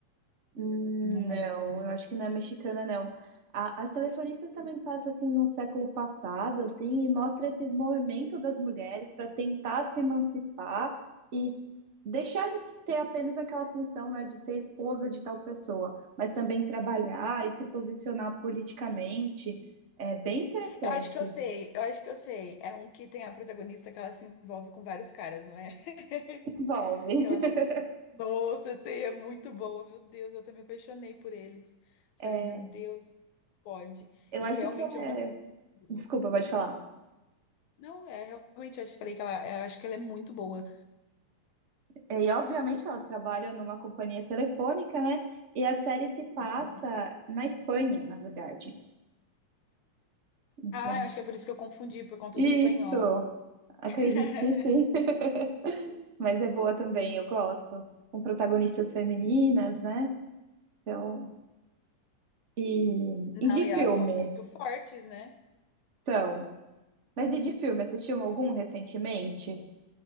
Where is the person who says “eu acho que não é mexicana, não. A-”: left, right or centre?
Right